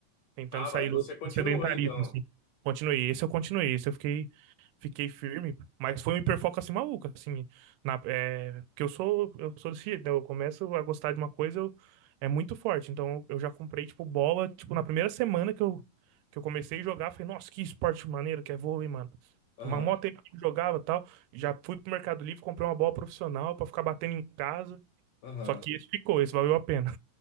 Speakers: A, on the right (about 85°); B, on the left (about 60°).
A: tentando
B: Ah,
A: sair
B: mas você
A: do
B: continuou
A: sedentarismo,
B: então.
A: assim. Continuei, esse eu continuei, esse eu fiquei, fiquei firme, mas foi um hiperfoco assim maluco, assim, na, é, porque eu sou, eu sou desse jeito, né? Eu começo a gostar de uma coisa, eu, é muito forte, então eu já comprei, tipo, bola, tipo, na primeira semana que eu, que eu comecei a jogar, falei, nossa, que esporte maneiro que é vôlei, mano.
B: Aham.
A: Mas mó tempo que eu jogava e tal, já fui pro Mercado Livre, comprei uma bola profissional pra ficar batendo em casa,
B: Aham.
A: só que esse ficou, esse valeu a pena,